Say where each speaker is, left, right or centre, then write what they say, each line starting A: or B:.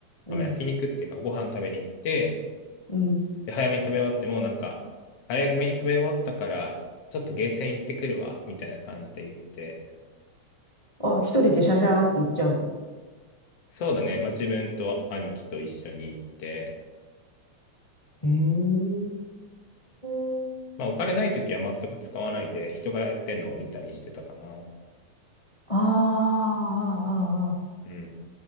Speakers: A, on the left; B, on the left.
A: うん。
B: あまあ焼肉っていうかご飯食べに行って、
A: うん。
B: で早めに食べ終わってもなんか早めに食べ終わったからちょっとゲーセン行ってくるわみたいな感じで言って
A: あ、一人でシャシャーって行っちゃうの。
B: そうだね、まあ、自分と兄貴と一緒に行って、
A: ええ
B: まあ、お金ない時は全く使わないで人がやってんのを見たりしてたかな
A: そああ、ああ、あーあ
B: うん